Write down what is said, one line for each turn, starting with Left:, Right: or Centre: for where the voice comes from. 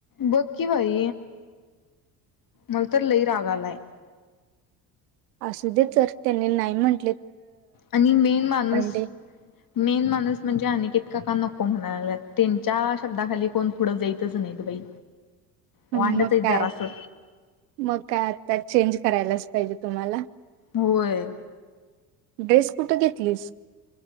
Left: ब कि बाई मलत लय राग आलाय
Right: असू दे चल त्यांनी नाही म्हण
Left: आणि मेन माणूस
Right: डे
Left: मेन माणूस म्हणजे अ का का नको म्हणाय लागलात त्यांच्या शब्दाखाली कोण पुढं जायेतच नाहीत बाई वांडच
Right: मग
Left: आहेत
Right: काय
Left: जरासं
Right: मग काय आता चेंज करायला पाहिजे तुम्हाला
Left: होय
Right: ड्रेस कुठं घेत लस